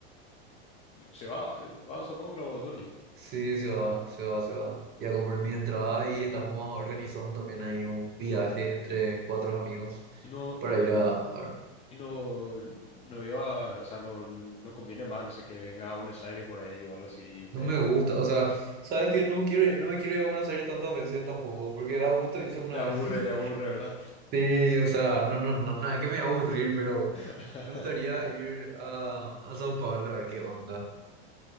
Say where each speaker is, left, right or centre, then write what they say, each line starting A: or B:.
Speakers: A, on the left; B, on the right.
A: ¿Se va, eh, va a Sao Paulo o a Tuni?
B: Sí, se va,
A: Ah,
B: se va, se va. Ya compré mi entrada y
A: nada.
B: estamos organizando también ahí un viaje entre cuatro amigos
A: Y no,
B: para ir a, a ver.
A: y no, no iba, o sea, no, no conviene más, no sé, que venga a Buenos Aires por ahí o algo así y ustedes...
B: No me
A: co-
B: gusta,
A: eh,
B: o sea, ¿sabes qué? No quiero, ir- no me quiero ir a Buenos Aires tantas veces tampoco, porque da gusto irse una
A: Ya
B: vez.
A: aburre,
B: <laughs>
A: ya aburre, ¿verdad?
B: Sí, o sea, no, no, no, nada, que me va a aburrir, pero
A: <laughs>
B: Me gustaría ir a, a Sao Paulo a ver qué onda.